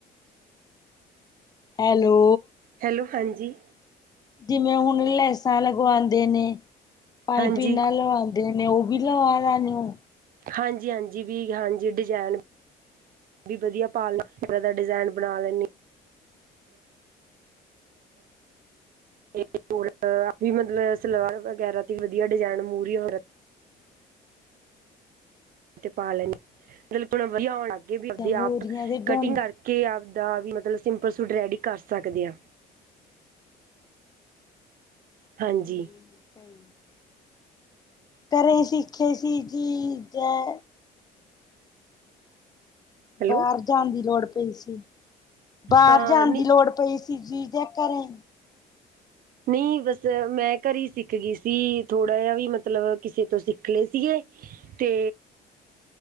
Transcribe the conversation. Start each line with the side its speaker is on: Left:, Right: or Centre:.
Left: ਹੈਲੋ
Right: ਹੈਲੋ ਹਾਂਜੀ
Left: ਜਿਵੇਂ ਹੁਣ ਲੈਸਾਂ ਲਗਵਾਉਂਦੇ ਨੇ ਪਾਈਪਿੰਗ
Right: ਹਾਂਜੀ
Left: ਲਵਾਉਂਦੇ ਦੇ ਨੇ ਉਹ ਵੀ ਲਵਾ ਲੈਣੇ ਓ
Right: ਹਾਂਜੀ ਹਾਂਜੀ ਵੀ ਹਾਂਜੀ ਡਿਜ਼ਾਇਨ ਵੀ ਵਦੀਆ ਪਾਲ <unintelligible> ਦਾ ਡਿਜ਼ਾਇਨ ਬਣਾ ਲੈਨੀ <unintelligible> ਮਤਲਬ ਸਲਵਾਰ ਵਗੈਰਾ ਤੇ ਵਧੀਆ ਡਿਜ਼ਾਇਨ ਮੂਹਰੀ ਹੋਰ ਤੇ ਪਾ ਲੈ <unintelligible> ਆਉਣ ਲੱਗਗੇ ਵੀ
Left: ਅੱਛਾ
Right: ਆਪਦੇ
Left: ਮੋਰੀਆਂ
Right: ਆਪ
Left: ਦੇ
Right: ਕਟਿੰਗ
Left: ਬਣ
Right: ਕਰ ਕੇ ਆਪਦਾ ਵੀ ਮਤਲਬ ਸਿੰਪਲ ਸੂਟ ਰੈਡੀ ਕਰ ਸਕਦੇ ਆ। ਹਾਂਜੀ
Left: <unintelligible> ਘਰੇ ਸਿੱਖੇ ਸੀ ਜੀ, ਜੈ
Right: ਹੈਲੋ
Left: ਬਾਰ ਜਾਨਾ ਦੀ ਲੋੜ ਪਈ ਸੀ, ਬਾਹਰ
Right: ਅ
Left: ਜਾਨਾ
Right: ਨੀ
Left: ਦੀ ਲੋੜ ਪਈ ਸ ਸੀ ਜੇ ਘਰੇ
Right: ਨਈ ਬਸ ਮੈਂ ਘਰੀ ਸਿੱਖ ਗੀ ਸੀ ਥੋੜ੍ਹਾ ਜਯਾ ਵੀ ਮਤਲਬ ਕਿਸੇ ਤੋ ਸਿੱਖ ਲੇ ਸੀਗੇ। ਤੇ